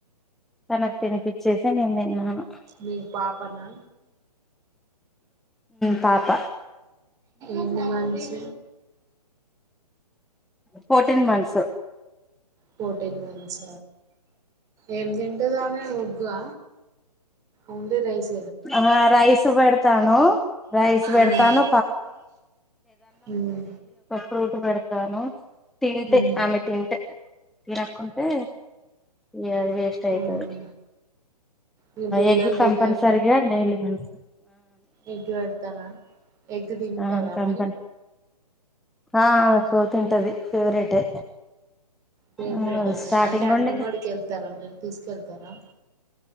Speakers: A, in the centre; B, on the right.
A: తనకు తినిపించేసి నేను తన్నాను
B: మీ పాపనా
A: పాప
B: ఎన్ని months
A: fourteen months
B: fourteen months ఏమి తింటదామే ముగ్గా ఓన్లీ రైస్
A: ఆ రైస్ సు పెడతాను ను రైస్ పెడతాను
B: మ్మ్. మ్మ్.
A: ఫ్రూట్ పెడతాను తింటే
B: మ్మ్.
A: ఆమె తింటె తీరక్కుంటే ఇ అది వేస్ట్ అయితది
B: అవునా ఇగ పిల్లలు
A: ఎగ్ కంపన్
B: తినరులేండి
A: సరిగ్గా డైలీ వెళ్తు
B: ఎగ్ పెడతారా ఎగ్ తింటదా
A: ఆ కంపల్
B: మరి
A: ఆ ఆమెకు పోతుంటది ఫేవరెటే
B: ఫేవరేట్
A: ఆ
B: అండి
A: స్టార్టింగ్
B: అంటే అంగన్వాడికి
A: నుండి
B: వెళ్తారా మీరు తీసుకెళ్తారా